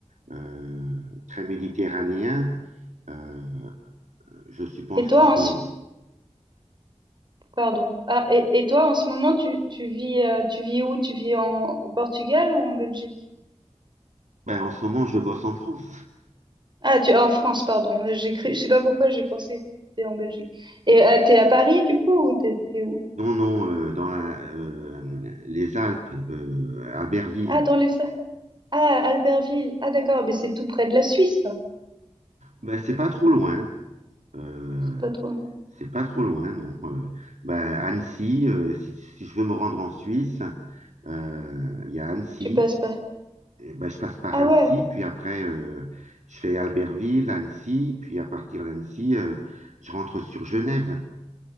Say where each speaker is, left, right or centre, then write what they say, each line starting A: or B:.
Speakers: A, on the right; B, on the right.
A: euh, très méditerranéens. Euh, je suppose
B: Et toi,
A: qu'ils sont...
B: en ce... Pardon. Ah, et, et toi, en ce moment, tu, tu vis, euh, tu vis où? Tu vis en, au Portugal ou en Belgique?
A: Ben, en ce moment, je bosse en France.
B: Ah, tu, en France, pardon. J'ai cru, je sais pas pourquoi j'ai pensé que c'était en Belgique. Et euh, t'es à Paris, du coup, ou t'es t'es où?
A: Non, non, euh, dans la, euh, les Alpes, euh, Albertville.
B: Ah, dans les... Sa- Ah, Albertville. Ah, d'accord, mais c'est tout près de la Suisse, ça.
A: Ben, c'est pas trop loin. hein. Euh,
B: C'est pas toi.
A: c'est pas trop loin, non. Euh, ben, Annecy, euh, si, si je veux me rendre en Suisse, euh, il y a Annecy.
B: Tu passes pas.
A: Eh ben, je passe par
B: Ah
A: Annecy,
B: ouais.
A: puis après, euh, je fais Albertville, Annecy, puis à partir d'Annecy, euh, je rentre sur Genève.